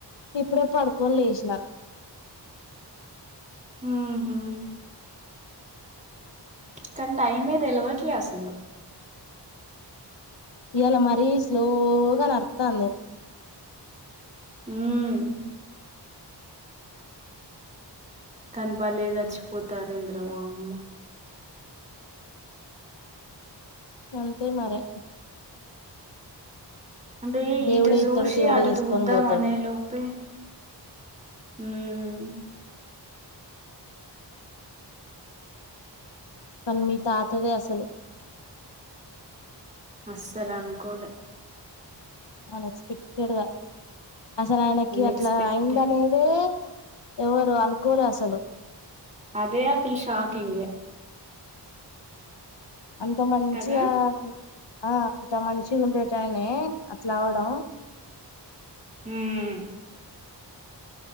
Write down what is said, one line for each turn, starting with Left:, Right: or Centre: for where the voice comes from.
Left: ఇప్పుడే పడుకోన్ లేష్ నా
Right: ఉహుమ్ కాన్ టైమే దేలవట్ లే అసలు
Left: ఇయ్యాలా మరీ స్లోగా నడ్ తాందే
Right: ఉమ్ కన్ బాలే జాచ్ పోతార్ ఏందిరా వమ్మ
Left: హుమ్ అంతే మరే
Right: అంటే
Left: దేవుడే
Right: ఇటు జుషి
Left: ఇత్తడు దేవుడే
Right: అటు
Left: తీసుకొని
Right: తుద్దాం
Left: పోతాడు
Right: అనే లోపే ఉహుమ్
Left: కన్ మీ తాతదే అసలు
Right: అస్సలన్ కోలే
Left: అనస్ స్పెక్ టెడ్ గా అసల్ ఆయనకి
Right: అన్ఎక్స్పెక్టెడ్
Left: అట్లా అయిందనేదే ఎవరు అనుకోలే అసలు
Right: అదే అసల్ షాకిింగే
Left: అంత మంచిగా
Right: కదా
Left: అ ఆ అంత మంచ్ గుండెటయ్ నే అట్లా అవడం
Right: ఉమ్